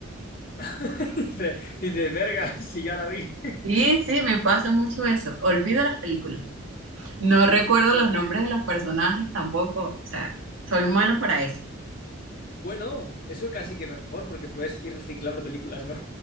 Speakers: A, on the left; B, on the right.
A: <laughs> dice, dice, verga, <laughs> si ya la vi.
B: Sí, sí, me pasa mucho eso. Olvido las películas. No recuerdo
A: <laughs>
B: los nombres de los personajes tampoco. O sea, soy malo para eso.
A: Bueno, eso casi que mejor porque puedes ir reciclando películas, ¿no?